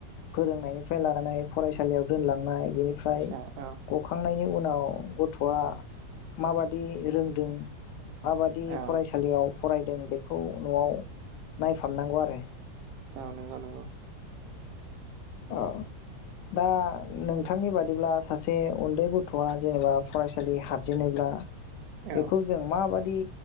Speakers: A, on the left; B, on the right.
A: फोरोंनायनिफ्राय लानानै फरायसालियाव दोनलांनाय बेनिफ्राय
B: आदसा औ
A: गखांनायनि उनाव गथ'आ माबादि रोंदों माबादि
B: औ
A: फरायसालियाव फरायदों बेखौ न'आव नायफामनांगौ आरो
B: औ नोंगौ नोंगौ
A: अ दा नोंथांनि बादिब्ला सासे उन्दै गथ'आ जेनेबा फरायसालि हाबजेनोब्ला बेखौ
B: औ
A: जों माबा दि